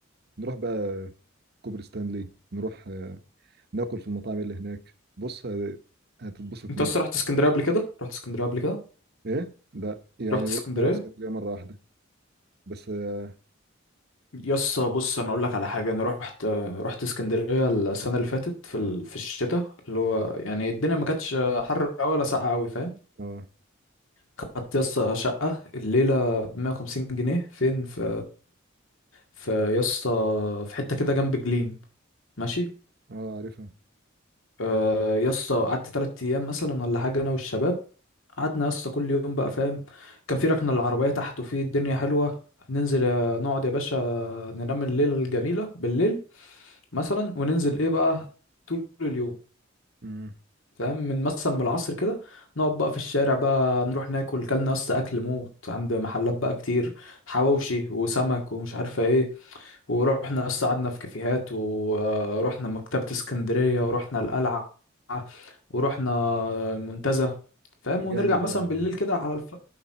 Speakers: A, on the right; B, on the left.
A: نروح بقى كوبري ستانلي نروح آه، ناكل في المطاعم اللي هناك بص هت- هتتبسط
B: انت
A: هناك
B: اصلا رحت اسكندريه قبل كده رحت اسكندريه قبل كده
A: ايه لا يعني
B: رحت
A: رحنا
B: اسكندريه
A: اسكندرية مرة واحدة بس اه
B: يس بص انا اقول لك على حاجه انا رحت رحت اسكندريه السنه اللي فاتت في ال... في الشتاء اللي هو يعني الدنيا ما كانتش حر قوي ولا ساقعه قوي فاهم
A: اه
B: خدت يس شقه الليله ب 150 جنيه فين في في يس في حته كده جنب جليم ماشي
A: آه، عارفها
B: آه، يا اسطى قعدت تلات ايام مثلا ولا حاجه انا والشباب قعدنا يا اسطى كل يوم بقى فاهم كان في ركنه العربيه تحت وفي الدنيا حلوه ننزل آه، نقعد يا باشا ننام الليله الجميله بالليل مثلا وننزل ايه بقى طول اليوم
A: امم
B: فاهم من مثلا من العصر كده نقعد بقى في الشارع بقى نروح ناكل كلنا يا اسطى اكل موت عند محلات بقى كتير حواوشي وسمك ومش عارفه ايه ورحنا أصلا قعدنا في كافيهات ورحنا مكتبة اسكندرية ورحنا القلعة ورحنا المنتزه فاهم
A: ده
B: ونرجع
A: جامد
B: مثلا
A: ده والله
B: بالليل كده على الف...